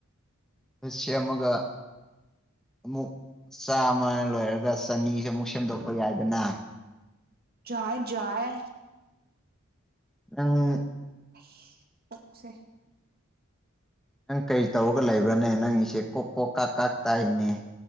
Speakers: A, in the centre; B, on the right (about 45°).
A: ꯗꯨ ꯁꯦꯝꯃꯒꯥ ꯑꯃꯨꯛ ꯆꯥꯃꯥ ꯂꯣꯏꯔꯒ ꯆꯅꯤꯁꯦ ꯑꯃꯨꯛ ꯁꯦꯝꯗꯣꯛꯄ ꯌꯥꯏꯗꯅ
B: ꯆꯥꯏ ꯖꯥꯏꯌꯦ
A: ꯅꯪ
B: <inaudible> ꯑꯣꯛꯁꯦ
A: ꯅꯪ ꯀꯔꯤ ꯇꯧꯔꯒ ꯂꯩꯕ꯭ꯔꯥꯅꯦ ꯅꯪꯒꯤꯁꯦ ꯀꯣꯛ ꯀꯣꯛ ꯀꯥꯛ ꯀꯥꯛ ꯇꯥꯏꯅꯦ